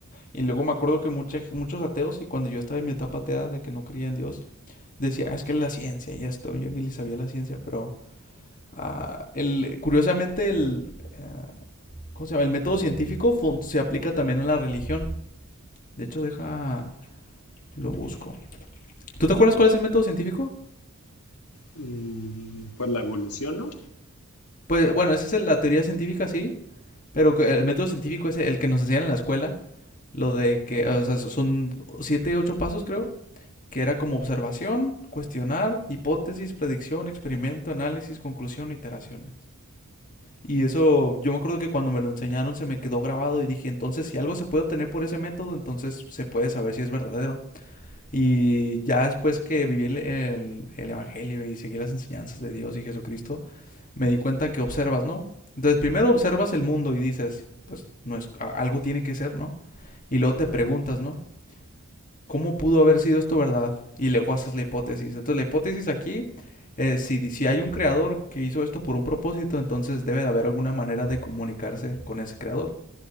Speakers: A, on the left; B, on the left.
A: Y luego me acuerdo que mucha- muchos ateos, y cuando yo estaba en mi etapa atea de que no creía en Dios, decía, "Ah, es que es la ciencia y esto, yo ni le sabía la ciencia, pero ah, el, curiosamente el, ah, ¿Cómo se llama? El método científico se aplica también a la religión. De hecho, deja. Lo busco. ¿Tú te acuerdas cuál es el método científico?
B: Mm, Pues la evolución, ¿no?
A: Pues bueno, esa es la teoría científica, sí. Pero el método científico es el que nos enseñan en la escuela. Lo de que, o sea, so-, son siete, ocho pasos, creo. Que era como observación, cuestionar, hipótesis, predicción, experimento, análisis, conclusión, iteraciones. Y eso, yo me acuerdo que cuando me lo enseñaron se me quedó grabado y dije, entonces si algo se puede obtener por ese método, entonces se puede saber si es verdadero. Y ya después que viví el, el- el Evangelio y seguí las enseñanzas de Dios y Jesucristo, me di cuenta que observas, ¿no? Entonces primero observas el mundo y dices, pues no es, a- algo tiene que ser, ¿no? Y luego te
B: Ajá,
A: preguntas, ¿no? ¿Cómo pudo haber sido esto verdad? Y luego haces la hipótesis. Entonces la hipótesis aquí, eh, si, di- si hay un creador que hizo esto por un propósito, entonces debe de haber alguna manera de comunicarse con ese creador.